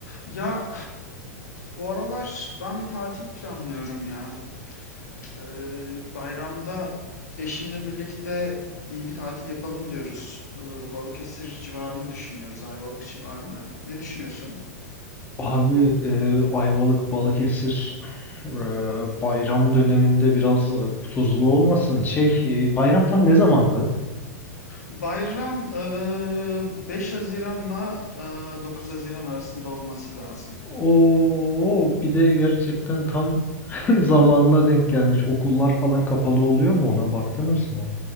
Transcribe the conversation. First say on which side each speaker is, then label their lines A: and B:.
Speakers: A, on the left; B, on the left.
A: Ya bu aralar ben bir tatil planlıyorum ya. Ee, bayramda eşimle birlikte iyi bir tatil yapalım diyoruz. Ee, Balıkesir civarını düşünüyoruz, Ayvalık civarını. Ne düşünüyorsun?
B: Abi eee, Ayvalık, Balıkesir eee, bayram döneminde biraz tuzlu olmasın. Şey eee, bayram tam ne zamandı?
A: Bayram e, 5 Haziran'la e, 9 Haziran arasında olması lazım.
B: Oo bir de gerçekten tam <laughs> zamanına denk gelmiş. Okullar falan kapalı oluyor mu ona baktınız mı?